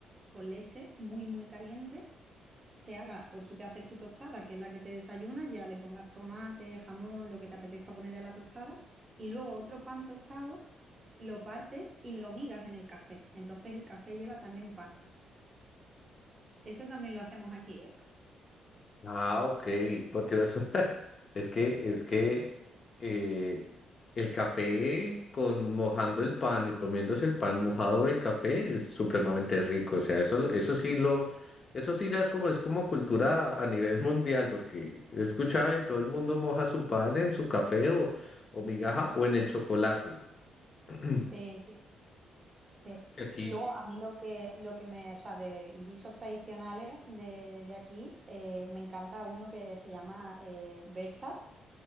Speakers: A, on the right (about 30°); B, on the left (about 45°).
A: con leche muy, muy caliente se haga, pues tú te haces tu tostada, que es la que te desayunas, ya le pongas tomate, jamón, lo que te apetezca ponerle a la tostada, y luego otro pan tostado lo partes y lo migas en el café. Entonces el café lleva también pan. Eso también lo hacemos aquí,
B: Ah, ok, porque los... <laughs> es que, es que eh, el café con mojando el pan y comiéndose el pan mojado de café es supremamente rico. O sea, eso, eso sí lo, eso sí ya como es como cultura a nivel <laughs> mundial, porque he escuchado que todo el mundo moja su pan en su café o, o migaja o en el chocolate. <clears throat>
A: ¿eh? Sí.
B: Que Aquí
A: Y luego a mí lo que, lo que me, o sea, de guisos tradicionales de, de aquí, eh, me encanta uno que se llama eh, berzas,